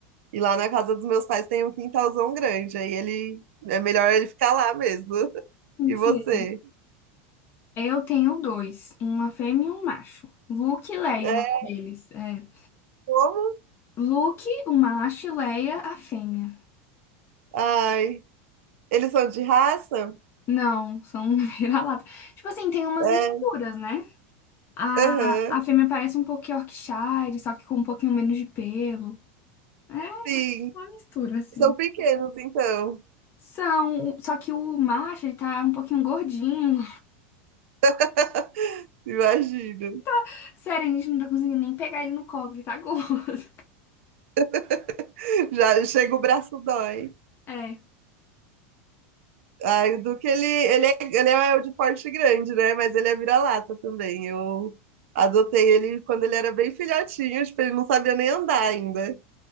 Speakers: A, on the right; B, on the left.
A: E lá na casa dos meus pais tem um quintalzão grande. Aí ele é melhor ele ficar lá mesmo. <laughs>
B: não
A: E você?
B: sei. Eu tenho dois, uma fêmea e um macho. Luke e Leia,
A: É
B: o nome deles. É.
A: como?
B: Luke, o macho, e Leia, a fêmea.
A: Ai, eles são de raça?
B: Não, são <laughs> vira-lata. Tipo assim, tem umas
A: É,
B: misturas, né? A,
A: aham,
B: a fêmea parece um pouco Yorkshire, só que com um pouquinho menos de pelo. É.
A: sim.
B: Uma mistura, assim.
A: São pequenos, então.
B: São, só que o macho, ele tá um pouquinho gordinho.
A: <laughs> Imagino.
B: <laughs> Sério, a gente não tá conseguindo nem pegar ele no colo, ele tá <laughs> gordo.
A: <laughs> Já chega o braço dói.
B: É.
A: Ai, o Duque, ele, ele, é, ele é de porte grande, né? Mas ele é vira-lata também. Eu adotei ele quando ele era bem filhotinho, tipo, ele não sabia nem andar ainda.